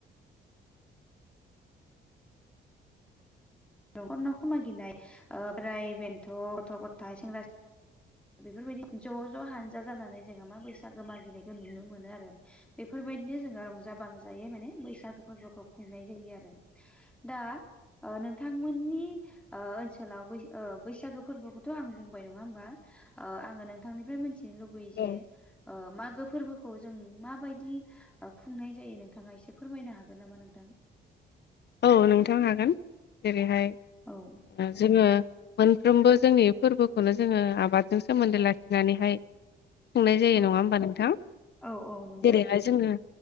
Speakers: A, in the centre; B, on the left.
A: नखर नखर मागिनाय ओ बोराय बेनथ' गथ' गथाय सेंग्रा सि बेफोरबायदि ज' ज' हानजा जानानै जोङो मा बैसागो मागिनायखौ नुनो मोनो आरो बेफोरबायदिनो जोङो रंजा बाजायै माने बैसागो फोरबोखौ खुंनाय जायो आरो दा ओ नोंथांमोननि ओ ओनसोलाव बै बैसागो फोरबोखौथ'आं बुंबाय नङा होमबा ओ आङो नोंथांनिफ्राय मिथिनो लुुगैयो जे
B: औ
A: ओ मागो फोरबोखौ जों माबायदि ओ खुंनाय जायो? नोंथाङा एसे फोरमायनो हागोन नामा नोंथां?
B: औ नोंथां हागोन। जेरैहाय
A: औ
B: ओ जोङो मोनफ्रोमबो जोंनि फोरबोखौनो जोङो आबादजों सोमोन्दो लाखिनानैहाय खुंनाय जायो।
A: औ
B: नङा होमबा नोंथां?
A: औ औ नंगौ
B: जेरैहाय जोङो